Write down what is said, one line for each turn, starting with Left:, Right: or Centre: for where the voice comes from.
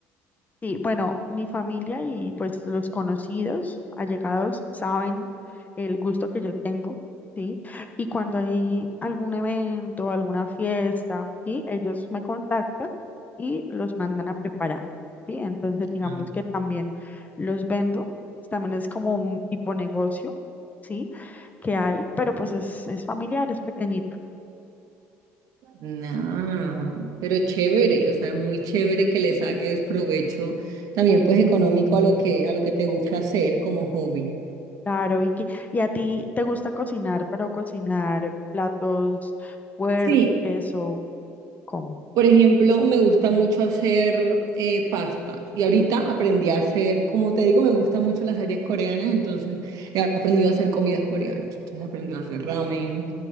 Left: Sí, bueno, mi familia y pues los conocidos, allegados, saben el gusto que yo tengo, ¿sí? Y cuando hay algún evento, alguna fiesta, ¿sí? Ellos me contactan y los mandan a preparar, ¿sí? Entonces, digamos
Right: demás?
Left: que también los vendo, también es como un tipo negocio, ¿sí? Que hay, pero pues es, es familiar, es pequeñito.
Right: Nah, pero chévere, o sea, muy chévere que le saques provecho también pues económico a lo que a lo que te gusta hacer como hobby.
Left: Claro, Vicky. ¿Y a ti te gusta cocinar, pero cocinar platos fuertes
Right: Sí,
Left: o... Como.
Right: por ejemplo, me gusta mucho hacer eh, pasta y ahorita aprendí a hacer, como te digo, me gustan mucho las series coreanas, entonces he aprendido a hacer comidas coreanas, entonces he aprendido a hacer ramen,